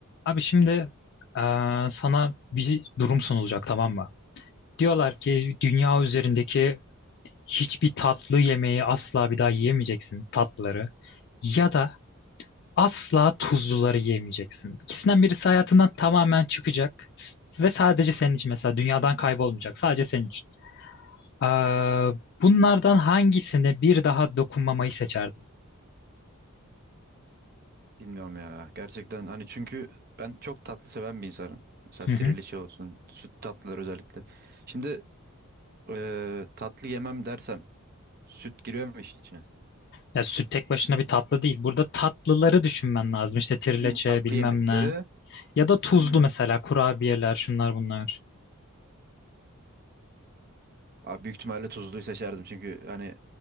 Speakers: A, on the left (about 50°); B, on the right (about 45°).
A: Abi şimdi eee, sana bir durum sunulacak tamam mı? Diyorlar ki dünya üzerindeki hiçbir tatlı yemeği asla bir daha yiyemeyeceksin tatlıları ya
B: Hı hı.
A: da asla tuzluları yiyemeyeceksin. İkisinden birisi hayatından tamamen çıkacak s- ve sadece senin için mesela dünyadan kaybolmayacak sadece senin için. Eee, bunlardan hangisine bir daha dokunmamayı seçerdin?
B: Bilmiyorum ya. Gerçekten hani çünkü ben çok tatlı seven bir insanım. Mesela
A: Hı
B: trileçe
A: hı.
B: olsun, süt tatlılar özellikle. Şimdi eee, tatlı yemem dersem süt giriyor mu işin içine?
A: Ya süt tek başına bir tatlı değil. Burada tatlıları düşünmen lazım. İşte trileçe
B: Hı, Tatlı
A: bilmem
B: yemekleri
A: ne. Ya da tuzlu
B: hı.
A: mesela kurabiyeler şunlar bunlar.
B: abi büyük ihtimalle tuzluyu seçerdim. Çünkü hani